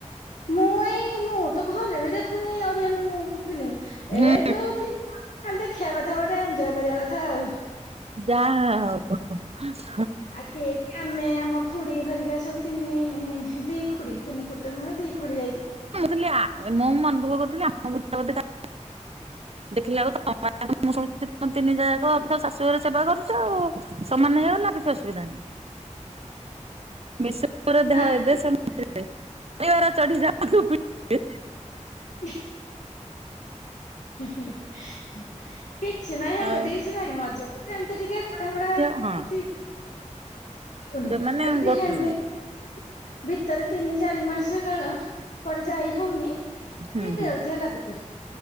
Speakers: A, on the left; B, on the right.
A: ମୁଁ ଏଇ ମୁଁ ତ ଘରେ ବି ଦେଖୁନି ଓଡିଆ ମୁ ମୁଁ।
B: ହୁଁ
A: ଏ ଯୋଉ ଫିମ ଖାଲି ଦେଖିବା କଥା ଗୋଟେ ଏନ୍ଜୟେ କରିବା କଥା ଆଉ।
B: ଯା ହା ହବ ବ।
A: ଆଖି। ଆମେ ଆମ ଖୁଡି ଘରିକା ସବୁ ତିନି ଦି ଖୁଡ଼ି ତିନି ଖୁଡି ତ ନୁହେଁ ଦି ଖୁଡି ଯାଇଥିଲୁ।
B: ମୁଁଥିଲି ମୁଁ ମୁଁ ମନ୍ ଦୁଖ କରୁଥିଲି ଆମ <inaudible> ଦେଖିଲା ବଳକୁ ତ ମେ ମା ମୁଁ ଶୁଣୁଚି ତିନି ଯା ଯାକ ଅ ଶାଶୁ ଘରେ ସେବା କରୁଚ ଆଉ ସମାନେ ନା କିଛି ଅସୁଦା ମିସୁ ମୋର
A: ନା
B: ଦେହ ଏ
A: କିଛି
B: ଦେଶ
A: ନାହିଁ
B: <unintelligible> ର ଚଢ଼ି ଯାଉ <unintelligible>
A: ହ ହେ ହେ। କିଛି ନାହିଁ ହେମିତି
B: ଆଉ
A: କିଛି ନାହିଁ ମଝିରେ ଏମିତି ଟିକେ ଏପଟ ହେପଟଚି।
B: ହଁ ହଁ
A: ଆଉ
B: ଯୋଉମାନେ
A: ଯଦି
B: ଗୋ
A: ହେମିତି
B: ହୁଁ
A: ଭିତରେ ତିନି ଚାରି ମାସେ କାଳ କୁଆଡେ ଯାଇ ହୋଉନି ଟିକେ
B: ହୁଁ ହୁଁ।
A: ବିରକ୍ତିଆ ଲାଗୁଚି।